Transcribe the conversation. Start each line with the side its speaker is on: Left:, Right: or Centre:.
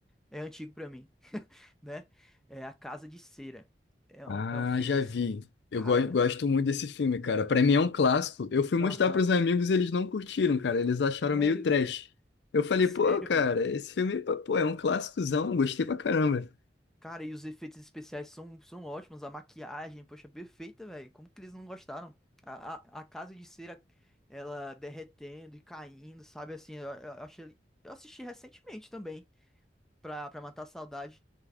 Centre: é antigo pra mim, <laughs> né? É A Casa de Cera. É
Left: Ah,
Centre: um, é um filme,
Left: já
Centre: assim,
Left: vi. Eu
Centre: cara...
Left: go gosto muito desse filme, cara. Pra mim é um clássico. Eu fui mostrar
Centre: Aham.
Left: pros amigos, eles não curtiram, cara. Eles acharam
Centre: Sério,
Left: meio trash.
Centre: velho.
Left: Eu falei,
Centre: sério,
Left: pô, cara,
Centre: mano.
Left: esse filme, pô, é um clássicozão, gostei pra caramba.
Centre: Cara, e os efeitos especiais são, são ótimos. A maquiagem, poxa, perfeita, velho. Como que eles não gostaram? A, a, a Casa de Cera, ela derretendo e caindo, sabe? Assim, eu, eu achei... Eu assisti recentemente também. pra, pra matar a saudade.